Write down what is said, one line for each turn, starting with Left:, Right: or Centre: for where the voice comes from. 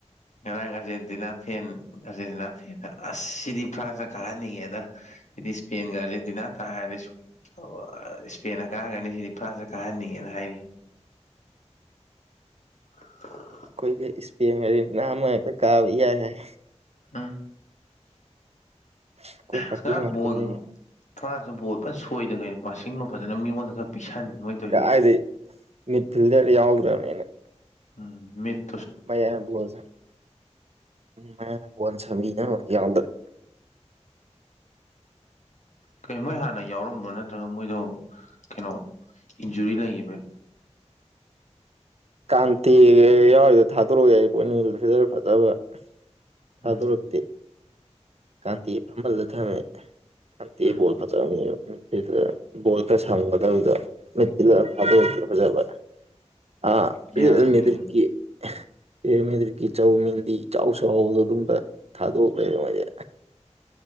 Left: ꯉꯔꯥꯡ ꯑꯥꯔꯖꯦꯟꯇꯤꯅꯥ ꯐꯦꯟ ꯑꯥꯔꯖꯦꯟꯇꯤꯅꯥ ꯐꯦꯟꯗ ꯑꯁ ꯁꯤꯗꯤ ꯐ꯭ꯔꯥꯟꯁꯅ ꯀꯥꯍꯟꯅꯤꯡꯉꯦꯗ ꯐꯗꯤ ꯏꯁꯄꯦꯟ ꯦ ꯊꯅ ꯇꯔꯦ ꯑꯣ ꯑ ꯏꯁꯄꯦꯅ ꯀꯥꯔꯒꯅꯤ ꯁꯤꯗꯤ ꯐ꯭ꯔꯥꯟꯁꯅ ꯀꯥꯍꯟꯅꯤꯡꯉꯦꯅ ꯍꯥꯏꯔꯤ <unintelligible>
Right: ꯑꯩꯈꯣꯏꯒꯤ ꯏꯁꯄꯦꯟꯒꯖꯤ <unintelligible> ꯀꯥꯕ <unintelligible>
Left: ꯑ
Right: ꯑꯩꯈꯣꯏ ꯄꯥꯔꯇꯤ
Left: <unintelligible> ꯉꯔꯥꯡ
Right: ꯉꯥꯛꯇꯅꯤꯅ
Left: ꯕꯣꯜ ꯊꯁꯨ ꯕꯣꯜ ꯐꯖ ꯁꯣꯏꯗ ꯀꯩꯅꯣ ꯄꯁꯤꯡꯕ ꯐꯖꯅ ꯃꯤꯉꯣꯟꯗ ꯈꯔ ꯄꯤꯁꯟ ꯃꯣꯏ ꯇꯧꯔꯤꯁꯦ
Right: ꯀꯥꯏꯗꯤ ꯃꯤꯠ ꯐꯤꯜꯗꯔ ꯌꯥꯎꯗ꯭ꯔꯝꯅꯤꯅ
Left: ꯎꯝ ꯃꯤꯠ
Right: ꯃꯌꯥꯝ ꯎꯝ ꯃꯌꯥꯝ ꯕꯜ ꯁꯃꯤꯅ ꯌꯥꯎꯗ꯭ꯔꯦ
Left: ꯀꯩ ꯃꯣꯏ ꯍꯥꯟꯅ ꯌꯥꯎꯔꯝꯕ꯭ꯔꯣ ꯅꯠꯇ꯭ꯔꯒ ꯃꯣꯏꯗꯣ ꯀꯩꯅꯣ ꯏꯟꯖꯨꯔꯤ ꯂꯩꯕꯔꯣ
Right: ꯀꯥꯝꯊꯦ ꯌꯥꯎꯔꯤꯗꯣ ꯊꯥꯗꯣꯔꯛꯑꯣ ꯌꯥꯏ ꯑꯩ ꯄꯣꯅꯤ ꯐꯤꯗꯔ ꯐꯖꯕ ꯊꯥꯗꯣꯔꯛꯇꯦ
Left: ꯎꯝ
Right: ꯀꯥꯟꯇꯤ ꯐꯃꯜꯗ ꯊꯝꯃꯦ ꯑꯥꯟꯗꯤ
Left: ꯎꯝ
Right: ꯣꯜ ꯐ ꯆ ꯅꯨꯄꯤꯤꯗ ꯕꯣꯜ ꯈ ꯁꯝꯒꯗꯧꯗꯣ ꯅꯨꯠꯄꯤꯤꯗ ꯑꯗꯨ ꯊꯥꯗꯣꯛꯛꯇꯦ ꯐꯖꯕ ꯑꯥ <unintelligible>
Left: ꯌꯥꯡꯂꯦꯟ
Right: ꯑꯦꯃꯦꯗ꯭ꯔꯤꯛꯀꯤ ꯆꯧ ꯃꯤꯟꯗꯤ ꯏꯆꯥꯎ ꯆꯥꯎꯍꯥꯎꯗꯣ ꯑꯗꯨꯝꯕ ꯊꯥꯗꯣꯛ ꯂꯩꯔꯦ ꯃꯣꯏꯗꯤ